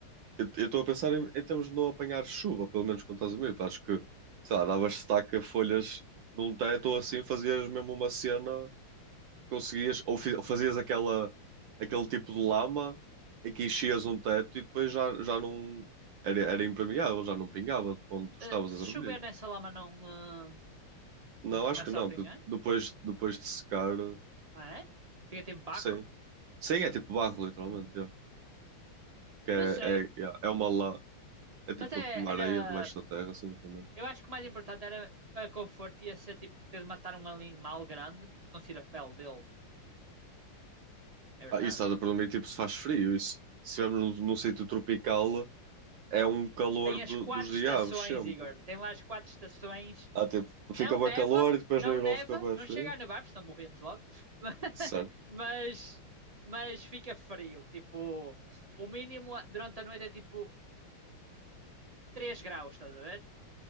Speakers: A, on the right (about 65°); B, on the right (about 30°).
A: eu eu estou a pensar em, em termos de não apanhar chuva, pelo menos quando estás a dormir. Acho que, sei lá, davas estaca, folhas num teto ou assim, fazias mesmo uma cena conseguias, ou fi- fazias aquela, aquele tipo de lama em que enchias um teto e depois já, já não era, era impermeável, já não pingava de onde tu estavas
B: Eh, se
A: a dormir.
B: chover nessa lama não, ah,
A: Não,
B: não te
A: acho
B: começa
A: que não,
B: a apanhar?
A: que depois, depois de secar,
B: Ah, é? Fica tipo barro?
A: sim. Sim, é tipo barro, literalmente,
B: Hum.
A: yeah. Que é,
B: Não sei.
A: é, yeah, é uma lá, é tipo
B: Mas é-
A: uma
B: era
A: areia debaixo da terra, assim também.
B: Eu acho que o mais importante era para conforto ia ser tipo ter de matar um animal grande e conseguir a pele dele. É verdade.
A: Ah, isso estás a perguntar, tipo, se faz frio, isso, se estivermos num, num sítio tropical, é um calor
B: Tem
A: do-
B: as quatro
A: dos diabos,
B: estações,
A: sempre.
B: Igor. Tem lá as quatro estações.
A: Ah, tipo,
B: Não
A: fica bem
B: neva,
A: calor e depois
B: não
A: no verão
B: neva,
A: fica bem
B: não
A: frio.
B: chega a nevar, porque senão morremos logo. <laughs>
A: Certo.
B: Mas, mas fica frio. Tipo, o mínimo durante a noite é tipo 3 graus, estás a ver?